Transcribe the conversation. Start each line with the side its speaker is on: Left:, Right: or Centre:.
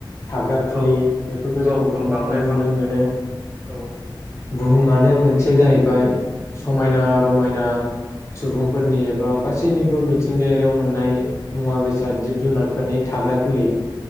Left: थाग्रा खुलि
Right: औ
Left: फोरफोरखौ जों
Right: औ
Left: बुहुमावनो
Right: दंफां लाइफां
Left: नुनो मोनो।
Right: औ औ
Left: बुहुमानो मोनसे जाहैबाय, समायना रमायना सुबुंफोरनि एबा गासैनिबो मिथिंगायारियाव मोननाय मुवा बेसाद जिब जुनारफोरनि थाग्रा खुलि